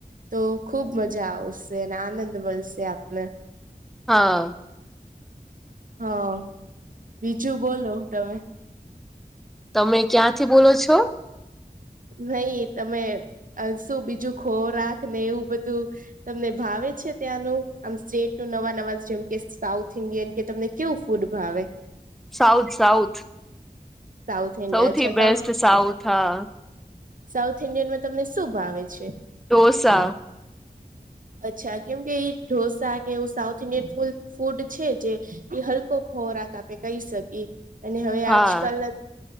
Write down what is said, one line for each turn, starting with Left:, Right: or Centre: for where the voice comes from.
Right: તો ખુબ મજા આવશે અને આનંદ મળશે આપને
Centre: હા
Right: હા. બીજું બોલો તમે
Centre: તમે ક્યાંથી બોલો છો?
Right: નહી તમે શું બીજું ખોરાક ને એવું બધું તમને ભાવે છે ત્યાંનું આમ સ્ટેટ ન નવા નવા જેમ કે સાઉથ ઇન્ડિયન કે તમને કેવું ફૂડ ભાવે
Centre: સાઉથ સાઉથ
Right: સાઉથ ઇન્ડિયન
Centre: સૌથી
Right: અચ્છા
Centre: બેસ્ટ
Right: સાઉથ
Centre: સાઉથ હા.
Right: સાઉથ ઇન્ડિયનમાં તમને શું ભાવે છે.
Centre: ડોસા
Right: <inaudible> અચ્છા કેમ કે એ ઢોસા કે એવું સાઉથ ઇન્ડિયન ફૂ ફૂડ છે જે એ હલકો ખોરાક આપે કહી શકીએ અને હવે
Centre: હા
Right: આજકાલ